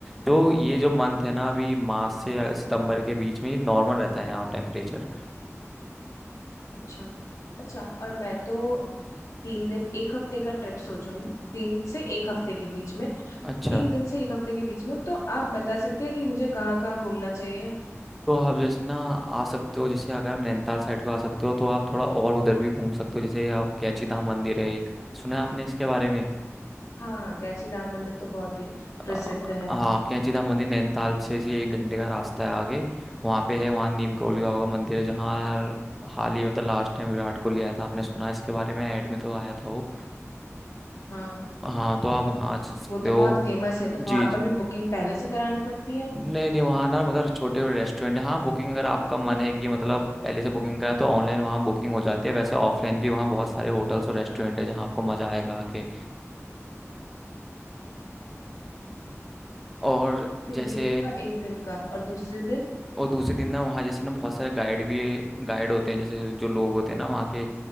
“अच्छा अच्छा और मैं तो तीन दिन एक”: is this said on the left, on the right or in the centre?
Left